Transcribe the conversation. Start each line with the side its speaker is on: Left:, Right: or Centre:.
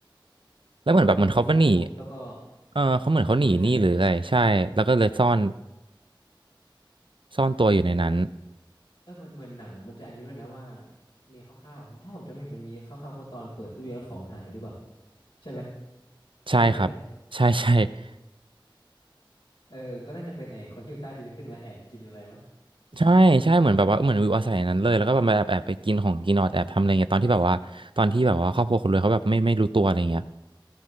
Right: แล้วเหมือนแบบเหมือนเขาไปหนี
Left: แล้วก็แบบพอดีไซน์ปุ๊บแล้วก็
Right: เออเขาเหมือนเขาหนีหนี้หรืออะไรใช่แล้วก็เลยซ่อน
Left: หนีอะไรสักอย่าง
Right: ซ่อนตัวอยู่ในนั้น
Left: เออเหมือนเหมือนหนังมันจะอันนี้ด้วยนะว่ามีคร่าวๆผมถ้าผมจำไม่ผิดมันมีคร่าวๆคือตอนเปิดตู้เย็นแล้วของหายหรือเปล่าใช่ไหม
Right: ใช่ครับใช่ใช่
Left: จำได้ไหม
Right: <laughs>
Left: เออเออก็น่าจะเป็นไอ้คนที่อยู่ใต้ดินขึ้นมาแอบกินอะไรวะ <laughs>
Right: ใช่ใช่เหมือนแบบว่าเหมือนวิวอาศัยอย่างนั้นเลยแล้วก็แบบมาแอบแอบไปกินของกินออดแอบทำอะไรเงี้ยตอนที่แบบว่าตอนที่แบบว่าครอบครัวคนรวยเขาแบบไม่ไม่รู้ตัวอะไรเงี้ย
Left: หิวของกิน